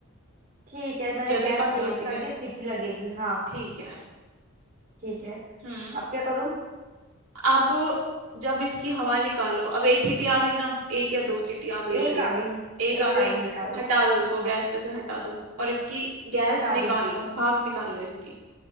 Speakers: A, on the right; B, on the right.
A: ठीक है मैंने
B: जल्दी
A: गैस
B: पक
A: तेज
B: जाती
A: कर
B: है
A: दी अब सीटी लगेगी हाँ
B: ठीक है
A: ठीक है
B: हम्म
A: अब क्या करूं
B: अब जब इसकी हवा निकालो अब एक सीटी आ गई ना एक या दो सीटी आ गई होगी
A: एक आ गई
B: एक आ
A: एक आ
B: गई
A: गई एक आ गई
B: हटा दो इसको
A: हाँ
B: गैस पे से हटा दो और इसकी गैस
A: हटा
B: निकाल
A: दी
B: लो भाप निकाल लो इसकी